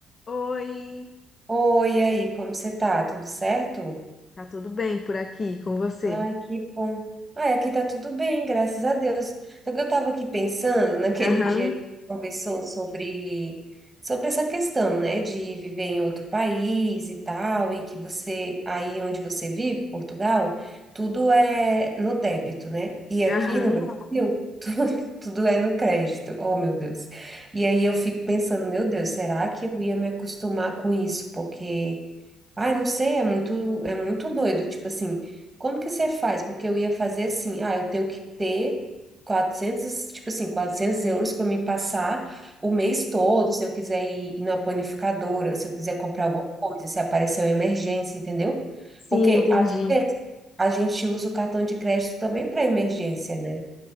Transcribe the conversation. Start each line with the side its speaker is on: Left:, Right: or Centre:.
Left: Oi,
Right: Oi, e aí, como você tá? Tudo certo?
Left: tá tudo bem por aqui com você?
Right: Ai, que bom. Ai, aqui tá tudo bem, graças a Deus. Só que eu tava aqui pensando <laughs> naquele
Left: Aham,
Right: dia que conversou sobre sobre essa questão, né, de viver em outro país e tal, e que você aí onde você vive, Portugal, tudo é no débito, né? E aqui
Left: aham,
Right: no Brasil, <laughs> tudo, tudo é no crédito. Oh, meu Deus. E aí eu fico pensando, meu Deus, será que eu ia me acostumar com isso? Porque Ai, não sei, é muito, é muito doido. Tipo assim, como que você faz? Porque eu ia fazer assim, ah, eu tenho que ter 400 tipo assim, 400 euros para me passar o mês todo, se eu quiser ir, ir na panificadora, se eu quiser comprar alguma coisa, se aparecer uma emergência, entendeu?
Left: sim,
Right: Porque
Left: entendi.
Right: às vezes a gente usa o cartão de crédito também para emergência, né?